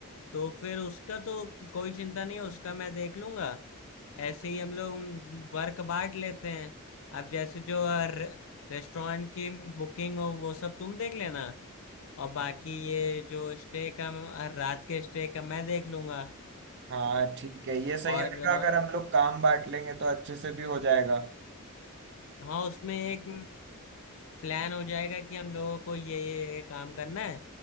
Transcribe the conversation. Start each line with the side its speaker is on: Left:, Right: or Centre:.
Left: तो फिर उसका तो कोई चिंता नहीं है उसका मैं देख लूंगा ऐसे ही हम लोग वर्क बांट लेते हैं अब जैसे जो रे, रेस्टोरेंट की बुकिंग हो वो सब तुम देख लेना और बाकी ये जो स्टे का रात के स्टे का मैं देख लूंगा
Right: हाँ ठीक है ये सही
Left: और
Right: रहेगा अगर हम लोग काम बांट लेंगे तो अच्छे से भी हो जाएगा
Left: हाँ उसमें एक प्लान हो जाएगा कि हम लोगों को ये ये ये काम करना है